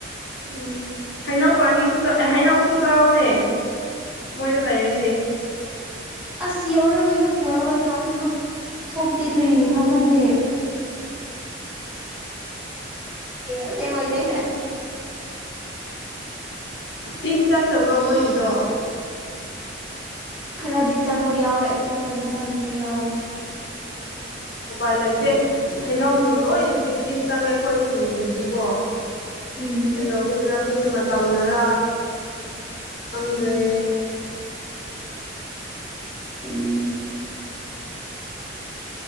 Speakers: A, on the left; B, in the centre.
A: ꯎꯝ ꯍꯩꯅꯧ ꯄꯥꯅꯤꯁꯨꯥꯛ ꯍꯩꯅꯧꯁꯨ ꯆꯥꯛꯑꯣꯅꯦ ꯃꯣꯏꯗ ꯂꯩꯔꯗꯤ
B: ꯑꯁ ꯌꯧꯔꯒ ꯌꯨꯝ ꯌꯧꯔꯒ ꯆꯥꯅꯤꯡꯕ ꯊꯣꯛꯇꯦ ꯀꯔꯤꯒꯤꯅꯣ ꯈꯪꯗꯦ ꯑꯁꯦꯡꯕꯩꯅꯦ
A: ꯇꯤꯟ ꯆꯪꯗꯕ꯭ꯔꯣ ꯃꯣꯏꯒꯤꯗꯣ
B: ꯈꯔꯗꯤ ꯆꯪꯕ ꯌꯥꯎꯋꯦ ꯑꯗ ꯈꯔꯗꯤ ꯆꯪꯗꯕ ꯌꯥꯎꯋꯦ
A: ꯑꯝ ꯎꯄꯥꯏ ꯂꯩꯇꯦ ꯍꯩꯅꯧꯁꯤꯡ ꯂꯣꯏꯅ ꯆꯤꯡ ꯆꯤꯡ ꯆꯪꯉꯦ ꯑꯩꯈꯣꯏ ꯈꯨꯟꯒꯤꯗꯤꯀꯣ
B: ꯎꯝ
A: ꯀꯩꯗꯧꯕꯒꯤꯔꯥ ꯈꯪꯗꯦ ꯃ ꯇꯝꯅꯔꯥ ꯈꯪꯗ꯭ꯔꯦ
B: ꯎꯝ